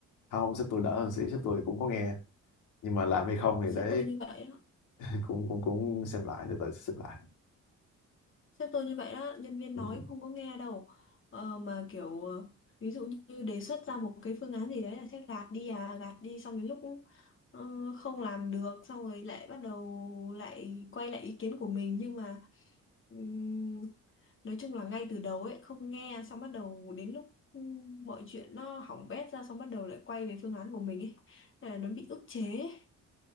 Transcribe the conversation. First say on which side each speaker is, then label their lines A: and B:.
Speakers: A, on the left; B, on the left.
A: Không, sếp tôi đỡ hơn xí, sếp tôi cũng có nghe nhưng mà làm hay không
B: ừ,
A: thì
B: sếp
A: để
B: tôi như vậy á.
A: cũng cũng cũng xem lại từ từ sẽ xem lại
B: Sếp tôi như vậy đó, nhân viên
A: ừ.
B: nói không có nghe đâu. Ờ, mà kiểu ờ, ví dụ như đề xuất ra một cái phương án gì đấy là sếp gạt đi à, gạt đi xong đến lúc ờ, không làm được xong rồi lại bắt đầu lại quay lại ý kiến của mình nhưng mà ừm, nói chung là ngay từ đầu ấy không nghe xong bắt đầu đến lúc ừm, mọi chuyện nó hỏng bét ra xong bắt đầu lại quay về phương án của mình ấy. Nên là nó bị ức chế ấy.